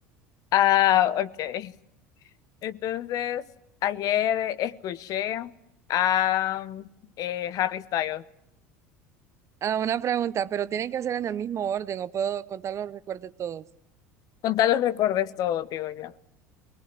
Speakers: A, on the left (about 50°); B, on the right (about 40°).
A: Ah, ok. <laughs> Entonces, ayer escuché a eh, Harry Styles.
B: Ah, una pregunta, pero tienen que hacer en el mismo orden o puedo contarlos, recuerde todos.
A: Con tal los recordes todo, digo yo.